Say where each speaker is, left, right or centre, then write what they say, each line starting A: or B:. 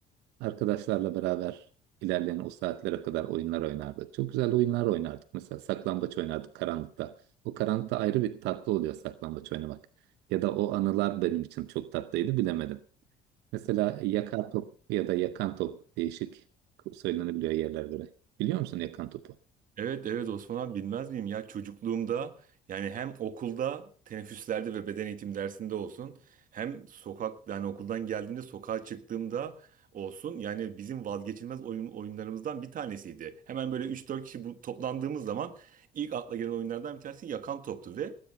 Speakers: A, on the right; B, on the right.
A: arkadaşlarla beraber ilerleyen o saatlere kadar oyunlar oynardık. Çok güzel oyunlar oynardık. Mesela saklambaç oynardık karanlıkta. O karanlıkta ayrı bir tatlı oluyor saklambaç oynamak. Ya da o anılar benim için çok tatlıydı bilemedim. Mesela yakar top ya da yakan top değişik söylenebiliyor yerler göre. Biliyor musun yakan topu?
B: Evet evet Osman abi bilmez miyim ya çocukluğumda yani hem okulda teneffüslerde ve beden eğitim dersinde olsun hem sokak yani okuldan geldiğimde sokağa çıktığımda olsun yani bizim vazgeçilmez oyun, oyunlarımızdan bir tanesiydi. Hemen böyle üç dört kişi bu, toplandığımız zaman ilk akla gelen oyunlardan bir tanesi yakan toptu ve